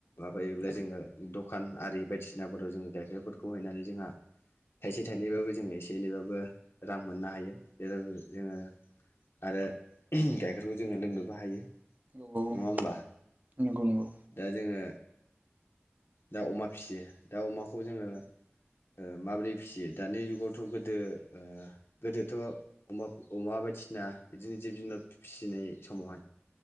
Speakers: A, on the left (about 70°); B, on the right (about 40°).
A: माबायोब्ला जोङो दखान आरि बायदि सिनाफोराव जोङो गाइखेरफोरखौ हैनानै जोंहा थाइसे थाइनैबाबो जोङो एसे एनैबाबो रां मोननो हायो जेरै जोङो आरो गाइखेरखौ जोङो लोंनोबो हायो
B: औ
A: नङा होमबा
B: नंगौ नंगौ
A: दा जोङो दाव अमा फिसियो दाव अमाखौ जोङो ओ माबोरै फिसियो दानि जुगावथ गोदो ओ गोदोथ अमा अमा बायदिसिना बिदिनो जिब जुनार फिसिनाय समावहाय